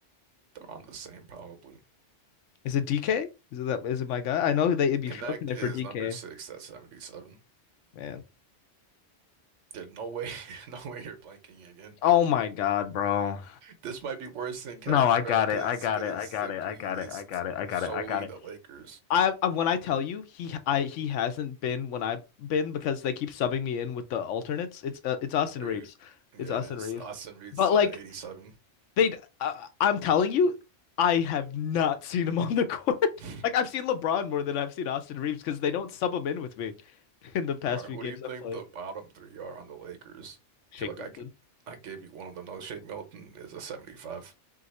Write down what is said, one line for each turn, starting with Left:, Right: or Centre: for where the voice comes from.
Right: They're on the same probably.
Left: Is it DK? Is it that? Is it my guy? I know that it'd be
Right: Connect
Left: stroking it
Right: is
Left: for DK.
Right: number six at 77.
Left: Man.
Right: There's no way, <laughs> no way you're blanking again.
Left: Oh my God, bro.
Right: This might be worse than Kevin
Left: No, I
Right: Durant
Left: got
Right: because
Left: it. I got
Right: because
Left: it.
Right: it's
Left: I got
Right: simply
Left: it. I got
Right: it's
Left: it. I got it. I got
Right: solely
Left: it. I got it.
Right: the Lakers.
Left: I, I when I tell you he I he hasn't been when I've been because they keep subbing me in with the alternates. It's uh, it's Austin
Right: Are
Left: Reeves.
Right: you? Yeah,
Left: It's Austin
Right: it is.
Left: Reeves.
Right: Austin Reed's
Left: But
Right: uh,
Left: like
Right: 87.
Left: they, uh, I'm telling you, I have not seen him <laughs> on the court. <laughs>
Right: <laughs> All
Left: Like I've seen LeBron more than I've seen Austin Reeves because they don't sub him in with me <laughs> in the past
Right: right,
Left: few
Right: who
Left: games
Right: do you think
Left: I've played.
Right: the bottom three are on the Lakers?
Left: Shake
Right: I feel like
Left: Milton.
Right: I, g- I gave you one of them. No, Shake Milton is a 75.